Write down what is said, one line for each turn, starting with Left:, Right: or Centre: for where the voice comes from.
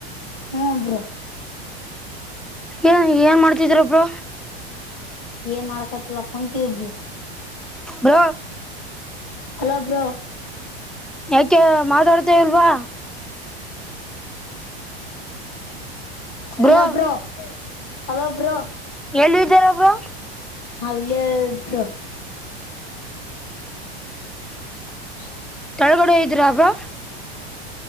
Left: ಹ್ಮ್ ಬ್ರೋ
Centre: ಏನ್ ಏನ್ ಮಾಡ್ತಿರ ಬ್ರೋ
Left: ಏನ್ ಮಾಡಕತಿಲ್ಲ ಕುಂತಿದ್ವಿ
Centre: ಹ್ಮ್
Left: ಹಲೋ ಬ್ರೋ
Centre: ಯಾಕೆ ಮಾಡೋರದೆ ಇಲ್ವಾ
Left: ಹಲೋಬ್ರೋ
Centre: ಬ್ರೋ
Left: ಹಲೋ ಬ್ರೋ
Centre: ಎಲ್ಲಿದ್ದೀರಾ ಬ್ರೋ
Left: ಅಲ್ಲಿ ಬ್ರೋ <unintelligible>
Centre: ತಳಗಡೆ ಇದ್ದರಾಬ್್ರಾ